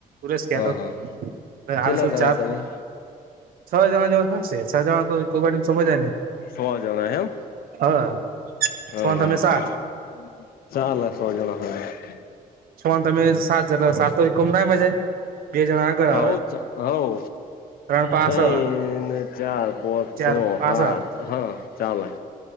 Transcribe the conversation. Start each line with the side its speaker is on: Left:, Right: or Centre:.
Right: પરેશ કેતો
Left: હા હા
Right: તું હાલ
Left: કેટલા
Right: <unintelligible>
Left: જણા તમે
Right: છ જણા જેવો થશે સા જણા તોઈ કોઈ ગાડીમાં સમજ જાય ને
Left: સો જણા એમ
Right: હા
Left: હા
Right: છ ને તમે સાત
Left: હા ચાલ સો જણા હજ
Right: છો ને તમે સાત જણા સાત ઈકોમ ના હમાય જાય બે જણા આગળ
Left: હવ
Right: આવે
Left: જ હવ
Right: ત્રણ પાછળ
Left: હે ને ચાર, પોચ,
Right: ચાર
Left: છો,
Right: પાછળ
Left: હાત હા ચાલે